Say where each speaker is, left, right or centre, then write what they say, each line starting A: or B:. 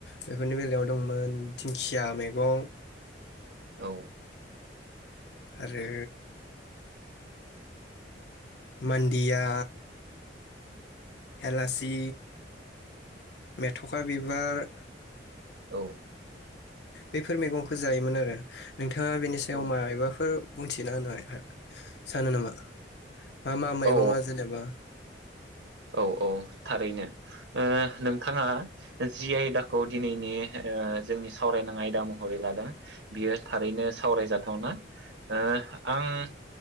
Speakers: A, on the left; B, on the right.
A: बेफोरनि बेलायाव दंमोन दिंखिया मैगं
B: औ
A: आरो मान्दिया हेलासि, मेथखा बिबा बार
B: औ
A: बेफोर मैगंखौ जायोमोन आरो नोंथाङा बेनि सायाव
B: औ
A: मायबाफोर बुंथिना होनो सानो नामा मा मा मैगङा
B: औ
A: जेनेबा
B: औ औ औ थारैनो नोंथाङा जि आयदाखौ दिनैनि जोंनि सावरायनां आयदा महरै लादों बियो थारैनो सावरायजाथावना ओ आं